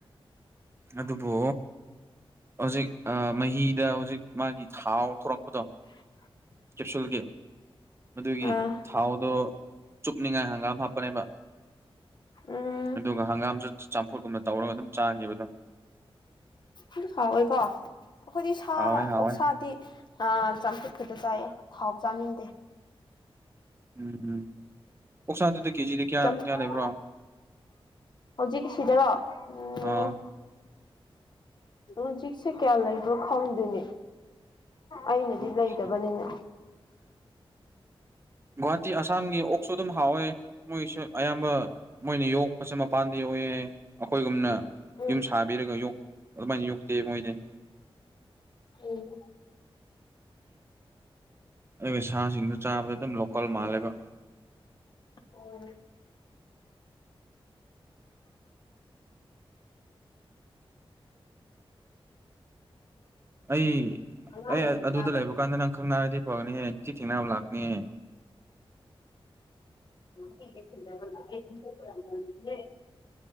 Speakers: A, on the right; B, on the left.
A: ꯑꯗꯨꯕꯨ ꯍꯧꯖꯤꯛ ꯃꯍꯤꯗ ꯍꯧꯖꯤꯛ ꯃꯥꯒꯤ ꯊꯥꯎ ꯊꯣꯔꯛꯄꯗꯣ
B: <unintelligible>
A: ꯀꯦꯞꯁꯨꯜꯒꯤ ꯃꯗꯨꯒꯤ
B: ꯑꯥ
A: ꯊꯥꯎꯗꯣ ꯆꯨꯞꯅꯤꯡꯉꯥꯏ ꯍꯪꯒꯥꯝ ꯍꯥꯞꯄꯅꯦꯕ
B: ꯎꯝ
A: ꯑꯗꯨꯒ ꯍꯪꯒꯥꯝꯁꯨ ꯆꯝꯐꯨꯠ ꯀꯨꯝꯅ ꯇꯧꯔꯒ ꯑꯗꯨꯝ ꯆꯥꯈꯤꯕ ꯑꯗꯨꯝ
B: ꯑꯗꯨ ꯍꯥꯎꯋꯦꯀꯣ ꯑꯩꯈꯣꯏꯗꯤ ꯁꯥ
A: ꯍꯥꯎꯋꯦ
B: ꯑꯣꯛꯁꯥꯗꯤ
A: ꯍꯥꯎꯋꯦ
B: ꯑꯥ ꯆꯥꯝꯐꯨꯠ ꯈꯛꯇ ꯆꯥꯏꯌꯦ ꯊꯥꯎ ꯆꯥꯅꯤꯡꯗꯦ
A: ꯎꯝ ꯑꯥꯛꯁꯥꯗꯨꯗꯤ ꯀꯦꯖꯤꯗ ꯀꯌꯥ
B: ꯆꯝꯐꯨꯠ
A: ꯀꯌꯥ ꯂꯩꯕ꯭ꯔꯣ
B: ꯍꯧꯖꯤꯛ ꯁꯤꯗꯔꯣ ꯎꯝ
A: ꯑꯥ
B: ꯎꯝ ꯍꯧꯖꯤꯛꯁꯤ ꯀꯌꯥ ꯂꯩ ꯔꯣ ꯈꯗꯨꯅꯤ ꯑꯩꯅꯗꯤ
A: ꯑꯣꯀꯦ
B: ꯂꯩꯗꯕꯅꯤꯅ
A: ꯒꯨꯍꯥꯇꯤ ꯑꯁꯥꯝꯒꯤ ꯑꯣꯛꯁꯨ ꯑꯗꯨꯝ ꯍꯥꯎꯋꯦ ꯃꯣꯏꯁꯨ ꯑꯌꯥꯝꯕ ꯃꯣꯏꯅ ꯌꯣꯛꯄꯁꯦ ꯃꯄꯥꯟꯗ ꯌꯣꯛꯑꯦ ꯑꯩꯈꯣꯏꯒꯨꯝꯅ
B: ꯎꯝ
A: ꯌꯨꯝ ꯁꯥꯕꯤꯔꯒ ꯌꯣꯛ ꯑꯗꯨꯃꯥꯏꯅ ꯌꯣꯛꯇꯦ ꯃꯣꯏꯗꯤ
B: ꯎꯝ
A: ꯑꯩ ꯁꯥꯁꯤꯡꯗꯣ ꯆꯥꯕꯗ ꯑꯗꯨꯝ ꯂꯣꯀꯜ ꯃꯥꯜꯂꯦꯕ
B: <unintelligible>
A: ꯑꯩ
B: ꯑꯉꯥꯡ
A: ꯑꯩ
B: ꯃꯈꯣꯟ
A: ꯑꯗꯨꯗ
B: ꯇꯥꯕ꯭ꯔꯥ
A: ꯂꯩꯕ ꯀꯥꯟꯗ ꯅꯪ ꯈꯪ ꯅꯥꯔꯗꯤ ꯐꯒꯅꯤꯍꯦ ꯅꯨꯡꯇꯤ ꯊꯦꯡꯅꯕ ꯂꯥꯛꯀꯅꯤꯍꯦ
B: <unintelligible>